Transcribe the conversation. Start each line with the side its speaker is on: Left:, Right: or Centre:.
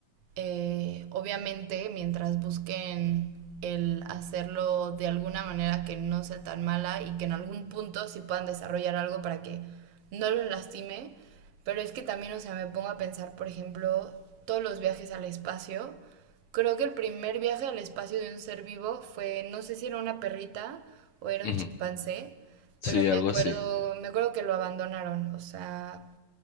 Right: Eh, obviamente, mientras busquen el hacerlo de alguna manera que no sea tan mala y que en algún punto sí puedan desarrollar algo para que no los lastime. Pero es que también, o sea, me pongo a pensar, por ejemplo, todos los viajes al espacio. Creo que el primer viaje al espacio de un ser vivo fue, no sé si era una perrita o era
Left: Ujú,
Right: un chimpancé
Left: Sí,
Right: pero me
Left: algo
Right: acuerdo,
Left: así.
Right: me acuerdo que lo abandonaron, o sea,